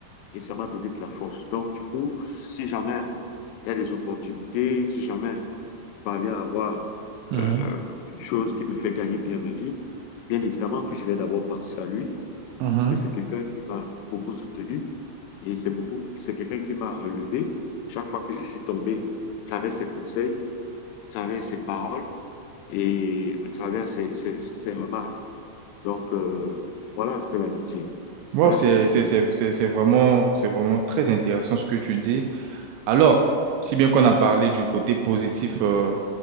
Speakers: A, on the left; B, on the right.
A: et ça m'a donné de la force. Donc, du coup, si jamais il y a des opportunités, si jamais je parviens à avoir
B: mhm,
A: euh, une chose qui me fait gagner bien ma vie, bien évidemment que je vais d'abord penser à lui,
B: mhm.
A: parce que c'est quelqu'un qui m'a beaucoup soutenu et c'est beaucoup, c'est quelqu'un qui m'a relevé. Chaque fois que je suis tombé, à travers ses conseils, à travers ses paroles et à travers ses, ses, ses remarques. Donc, euh, voilà un peu l'amitié.
B: Wow,
A: Voilà
B: c'est,
A: ce que je
B: c'est,
A: peux dire.
B: c'est, c'est c'est vraiment, c'est vraiment très intéressant ce que tu dis. Alors, si bien qu'on a parlé du côté positif, euh,